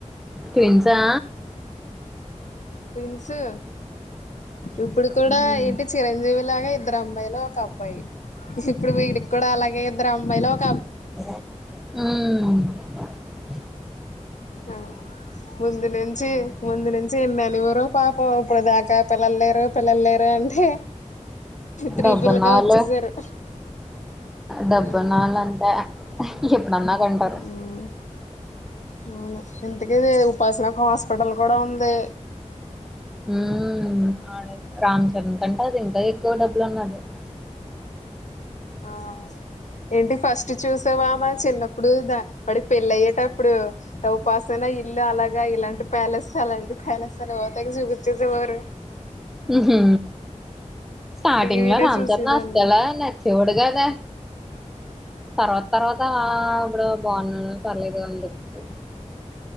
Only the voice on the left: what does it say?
ట్విన్సు. ఇప్పుడు కూడా
ఏంటి చిరంజీవి లాగా ఇద్దరు అమ్బయిలు ఒక అబ్బాయి. ఇప్పుడు వీడిక్కూడా అలా ఈద్దరమ్మాయిలు ఒక్
ఆ ముందు నుంచి ముందు నుంచి ఎన్ననెవారో, పాపం ఇప్పుడు దాకా పిల్లల్లేరు పిల్లల్లేరు అంటే త్రీ
పిల్లకాయ్ వచ్చేసారు.
మ్
మ్మ్ అవును ఇంతకీ ఉపాసన హాస్పిటల్ కూడా ఉంది
ఆ ఏంటి ఫస్ట్ చూస్ తె వామ చిన్నప్పుడు దా వాడికి పెళ్ళి అయ్యేటప్పుడు ఉపాసన ఇల్లు అలాగ, ఇలాంటి ప్యాలెస్, అలాంటి ప్యాలెస్, తర్వాత తెగ చూపించేసేవారు.
టీవీలో
చూసేదాన్ని